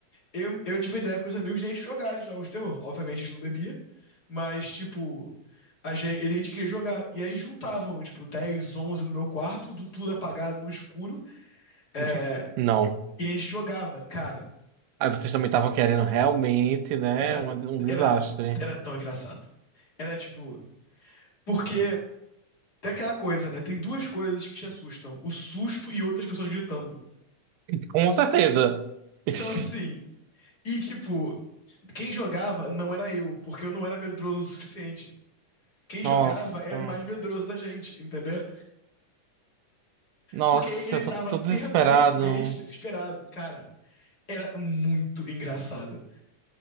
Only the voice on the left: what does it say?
eu, eu tive ideia com os amigos de a gente jogar esses jogos de terror. Obviamente a gente não bebia, mas, tipo, a gente, ele- a gente queria jogar. E aí juntavam, tipo, 10, 11 no meu quarto, do tudo apagado no escuro, é,
e a gente jogava, cara.
era,
era, era tão engraçado. Era tipo, porque tem aquela coisa, né? Tem duas coisas que te assustam: o susto e outras pessoas gritando.
Então,
assim, e tipo, quem jogava não era eu, porque eu não era medroso o suficiente. Quem
jogava era o mais medroso da gente, entendeu?
Porque ele
tava
permanentemente desesperado. Cara, era muito engraçado.